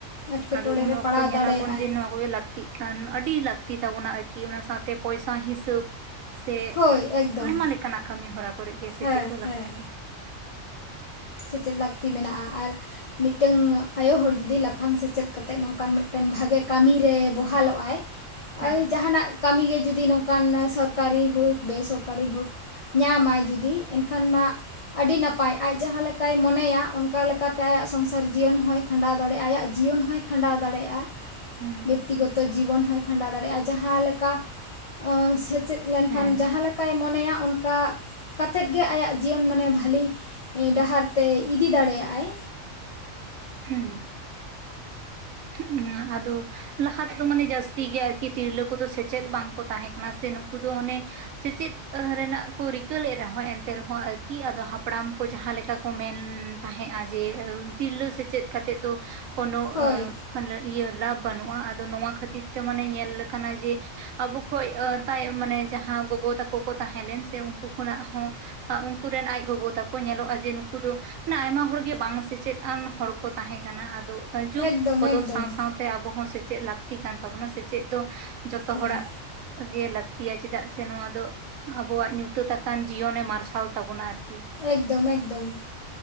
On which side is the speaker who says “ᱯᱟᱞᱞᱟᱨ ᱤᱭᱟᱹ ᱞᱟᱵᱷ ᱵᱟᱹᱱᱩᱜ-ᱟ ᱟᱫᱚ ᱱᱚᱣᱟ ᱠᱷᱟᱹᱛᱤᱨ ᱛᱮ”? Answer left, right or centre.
Right